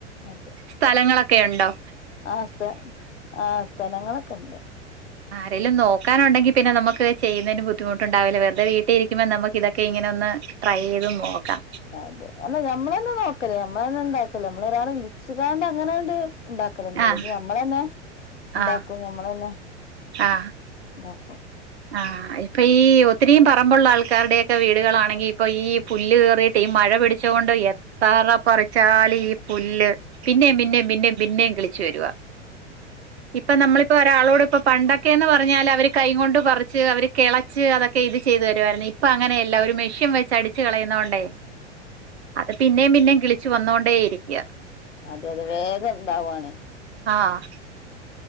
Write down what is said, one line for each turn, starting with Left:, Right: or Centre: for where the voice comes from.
Left: അതെ.
Right: സ്ഥലങ്ങളൊക്കെയുണ്ടോ?
Left: ആഹ് സ്ഥ ആ സ്ഥലങ്ങളൊക്കെണ്ട്.
Right: ആരേലും നോക്കാനുണ്ടെങ്കി പിന്നെ നമുക്ക് ചെയ്യുന്നേന് ബുദ്ധിമുട്ടുണ്ടാവില്ല വെറ്തെ വീട്ടില് ഇരിക്കുമ്പം നമുകിത ക്കെ ഇങ്ങനെ ഒന്ന് ട്രൈ ചെയ്ത് നോക്കാം.
Left: അതെ അല്ല ഞമ്മളെന്നെ നോക്കല് ഞമ്മളെന്നെ ഇണ്ടാക്കല് ഞമ്മള് ഒരാളെ വിളിച്ച്ങാണ്ട് അങ്ങനാണ്ട് ഇണ്ടാക്കലൊന്നുല്ല
Right: ആഹ്
Left: പക്ഷേ ഞമ്മളെന്നെ ഇണ്ടാക്കും
Right: ആഹ്
Left: ഞമ്മളെന്നെ
Right: ആഹ്
Left: ഇണ്ടാക്കും
Right: ആഹ്. ഇപ്പൊ ഈ ഒത്തിരീം പറമ്പുള്ള ആൾക്കാരുടെയൊക്കെ വീടുകളാണെങ്കി ഇപ്പൊ ഈ പുല്ല് കേറി ഈ മഴ പിടിച്ച കൊണ്ട് എത്ര പറിച്ചാലും ഈ പുല്ല് പിന്നെം പിന്നെം
Left: അതെ
Right: പിന്നെം പിന്നെയും കിളിച്ചു വരുവാ ഇപ്പ നമ്മള് ഇപ്പൊ ഒരാളോട് ഇപ്പൊ പണ്ടൊക്കെ എന്ന് പറഞ്ഞാല് അവര് കൈ കൊണ്ട് പറിച്ച് അവര് കെളച്ച് അതൊക്കെ ഇത് ചെയ്ത് തരുവായിരുന്നു ഇപ്പ അങ്ങനെയല്ല ഒരു മെഷ്യൻ വെച്ച് അടി ച്ച് കളയുന്നോണ്ടേ അത് പിന്നേം പിന്നേം കിളിച്ചു വന്നോണ്ടേ ഇരിക്ക
Left: അതെ അതെ വേഗം ഇണ്ടാവാണ്
Right: ആഹ്